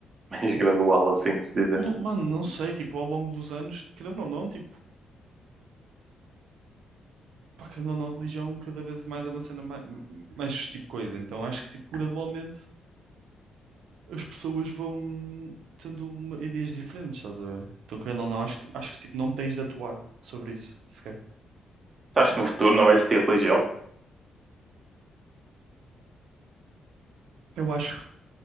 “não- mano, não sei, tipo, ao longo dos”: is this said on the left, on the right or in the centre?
Right